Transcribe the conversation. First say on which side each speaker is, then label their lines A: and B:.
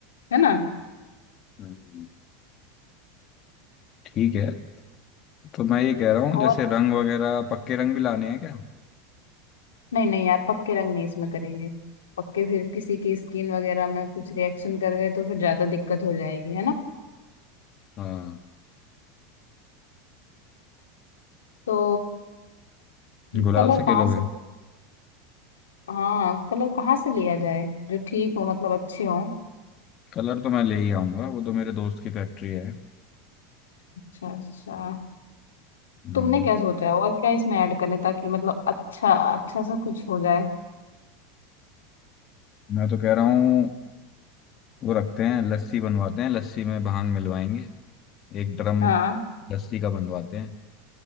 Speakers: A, on the left (about 85°); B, on the left (about 40°).
A: है ना
B: हम्म, ठीक है तो मैं ये कह रहा हूँ
A: और
B: जैसे रंग वगैरह पक्के रंग भी लाने हैं क्या
A: नहीं नहीं यार पक्के रंग नहीं इसमें करेंगे पक्के फिर किसी की स्किन वगैरह में कुछ रिएक्शन कर गए तो फिर ज्यादा दिक्कत हो जाएगी है ना
B: हाँ
A: तो
B: गुलाल
A: कलर
B: से खेलोगे
A: कहाँ से हाँ कलर कहाँ से लिया जाए जो ठीक हो मतलब अच्छे हो
B: कलर तो मैं ले ही आऊंगा वो तो मेरे दोस्त की फैक्ट्री है
A: अच्छा अच्छा
B: हम्म,
A: तुमने क्या सोचा है और क्या इसमें ऐड करें ताकि मतलब अच्छा अच्छा सा कुछ हो जाए
B: मैं तो कह रहा हूँ वो रखते हैं लस्सी बनवाते हैं लस्सी में भांग मिलवाएंगे एक ड्रम
A: हाँ
B: लस्सी का बनवाते हैं